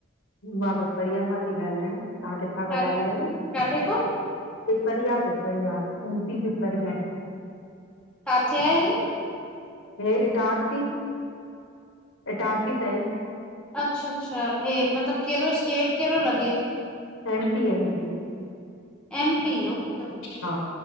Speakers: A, on the left (about 85°); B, in the centre.
A: मां पिपरिया मां थी ॻाल्हायां, तहां किथां
B: का
A: था ॻाल्हायो?
B: काथे खां,
A: पिपरिया-पिपरिया एम पी पिपरिया
B: काथे आहे हीअ?
A: हे इटारसी, इटारसी साईड।
B: अच्छा-अच्छा, हे मतलब कहिड़ो स्टेट कहिड़ो लॻे?
A: M P M P
B: M P, okay okay
A: हा,